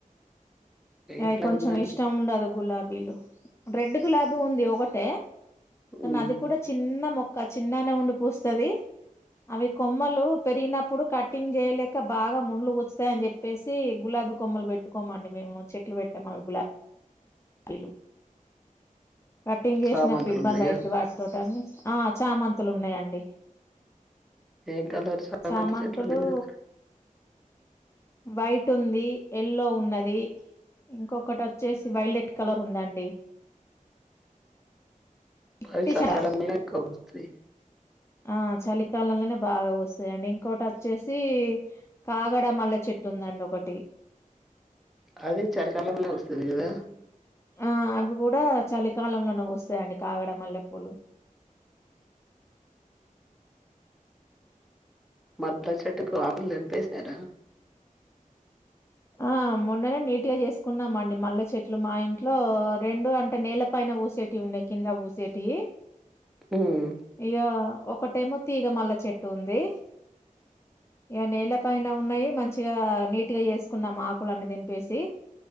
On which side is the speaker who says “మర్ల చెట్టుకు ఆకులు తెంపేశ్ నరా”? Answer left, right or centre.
Centre